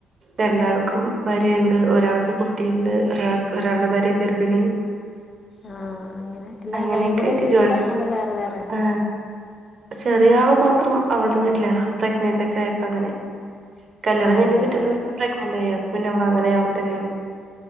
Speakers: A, on the right; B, on the left.
A: രണ്ടാൾക്കും
B: ആഹ്
A: ഭാര്യ ഉണ്ട് ഒരാൾക്ക് കുട്ടിയുണ്ട് ഒരാൾക്ക് ഒരാള്ടെ ഭാര്യ ഗർഭിണി
B: ആഹ് അങ്ങനെ അല്ല
A: അങ്ങനെ
B: എല്ലാരും
A: ഒക്കെ
B: കൂടെ
A: ആയ്ട്ട്
B: ഒരു വീട്ടിലാ
A: ജോൻസ്
B: അതോ വേറെ വേറെ
A: ആഹ് ചെറിയ ആൾക്കൊ ത്രം അവള്ടെ വീട്ലാ പ്രെഗ്നന്റൊക്കായപ്പങ്ങനെ കല്യാണം
B: ആഹ്
A: കഴ്ഞ്ഞ്
B: അങ്ങനെ
A: പിറ്റേ ദിവസ പ്രെഗ്നെൻ്റായി അപ്പപിന്നെ അവളങ്ങനെ അവ്ടെത്തെന്നേണ്